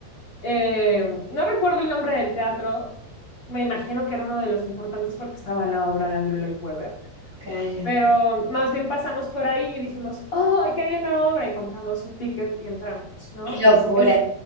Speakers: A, on the left (about 55°); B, on the right (about 20°).
A: Eh, no recuerdo el nombre del teatro, me imagino que era uno de los importantes porque estaba la obra de Andrew Lloyd Webber,
B: claro.
A: pero más bien pasamos por ahí y dijimos, oh, aquí hay una obra y compramos un ticket y entramos, ¿no?
B: Qué
A: Entonces,
B: locura.
A: es-